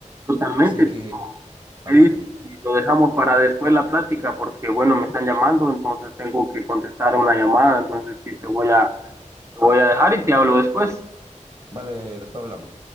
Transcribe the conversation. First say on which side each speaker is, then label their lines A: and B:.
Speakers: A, on the right; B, on the right.
A: Totalmente,
B: Así que, ajá,
A: ¿qué dices? Y lo dejamos para después la plática, porque bueno, me están llamando, entonces tengo que contestar a una llamada, entonces sí, te voy a, te voy a dejar y te hablo después.
B: vale, después hablamos.